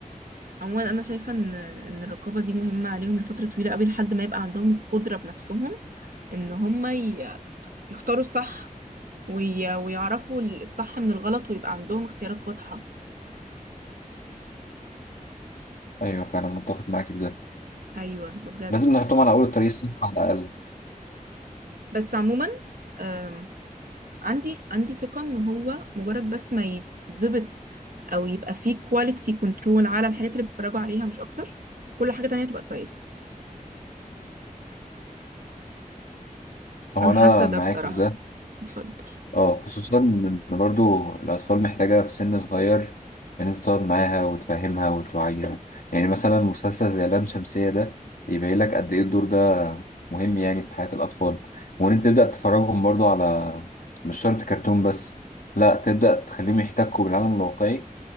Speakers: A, on the right (about 80°); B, on the left (about 80°).
A: عموما انا شايفه ان ان الرقابه دي مهمه عليهم لفتره طويله قوي لحد ما يبقى عندهم القدره بنفسهم ان هم ي- يختاروا الصح وي... ويعرفوا الصح من الغلط ويبقى عندهم اختيارات واضحه
B: أيوة فعلا متفق معاكي في ده
A: ايوه ده بجد
B: لازم نحطهم على أول الطريق الصح على الأقل
A: بس عموما آم، عندي عندي ثقة ان هو مجرد بس ما يتظبط او يبقى فيه كواليتي كنترول على الحاجات اللي بيتفرجوا عليها مش اكتر كل حاجة تانية تبقى كويسة
B: هو
A: انا
B: أنا
A: حاسة ده
B: معاكي
A: بصراحة
B: في ده
A: اتفضل
B: اه خصوصا ان برضو الاطفال محتاجه في سن صغير ان انت تقعد معاها وتفهمها وتوعيها يعني مثلا مسلسل زي لام شمسيه ده يبين لك قد ايه الدور ده مهم يعني في حياه الاطفال وان انت تبدا تفرجهم برضو على مش شرط كرتون بس لا تبدا تخليهم يحتكوا بالعالم الواقعي